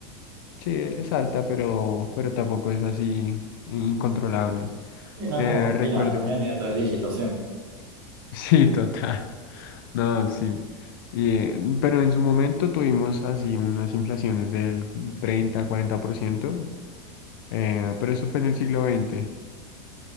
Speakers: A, on the left; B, on the right.
A: Sí, es alta, pero, pero tampoco es así incontrolable.
B: Y no
A: Eh,
B: es como Argentina,
A: recuerdo,
B: Argentina tiene tres dígitos siempre.
A: <laughs> sí, total. No, sí. Y, eh, pero en su momento tuvimos así unas inflaciones del 30, 40%, eh, pero eso fue en el siglo veinte